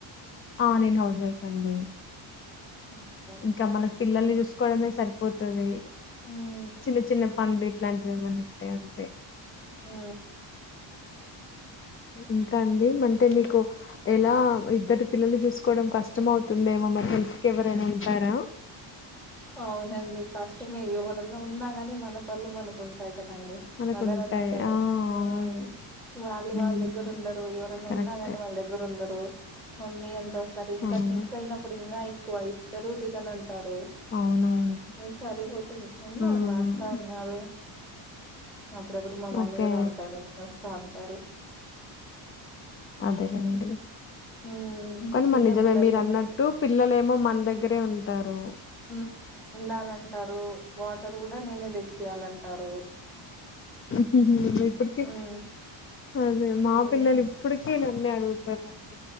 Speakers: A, on the left; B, in the centre.
A: ఆ నేను హౌస్ వైఫ్ అండి
B: ఓకే. ఓకే.
A: ఇంకా మన పిల్లల్ని చూస్త కొడమే సరిపోతాది
B: హ్మ్.
A: చిన్న చిన్న పంలు ఇట్లాంటివి ఏమనా అంటే అంతే
B: హ
A: ఇంకా అండి అంటే మీకు ఎలా ఇద్దరి పిల్లలు చూసుకోవడం కష్టం అవుతుందేమో మరి హెల్ప్ కి ఎవరైనా ఉ తారా
B: అవునండి కాష్టమే ఎవరన్నా ఉన్నా కాని మన మన పల్లు మనకుంటయి కదండి
A: మనకు
B: మదర్
A: ఉంటాయి
B: అన్న వాళ్ళు
A: ఆ
B: ఉమ్
A: అవును
B: వాళ్ళు
A: హ్మ్.
B: వాళ్ళ దగ్గర ఉండరు ఎవరన్నా
A: కరెక్టే
B: ఉన్నా కాని వాళ్ళ దగ్గర ఉండరు మమ్మీ అంటోస్తారు ఇంకా
A: అవును
B: సిక్ అయినప్పుడు ఇంగా ఎక్కువ తరు దిగనన్ టరు
A: అవునవును
B: లేద్ సరిపోతది ఉన్నారు
A: హ్మ్.
B: మా అత్త ఉన్నారు అప్పుడప్పుడు మా మమ్మీ
A: ఓకే
B: కూడా ఉంటారు వస్తాను టారు
A: అదేనండి
B: ఉమ్
A: కానీ
B: చిన్న
A: మ నిజమే
B: పిల్లలు
A: మీరు
B: కదా
A: అన్నట్టు పిల్లలు ఏమో మన దగ్గరే ఉంటారు
B: ఉమ్ ఉండాలంటారు వాటర్ కూడా నేనే తెచ్చియ్యాలంటారు
A: హుహూ ఇప్పుడికి
B: ఉమ్
A: అదే మా
B: ఉమ్
A: పిల్లలు ఇప్పుడికి అ నమ్ే అగుత <unintelligible>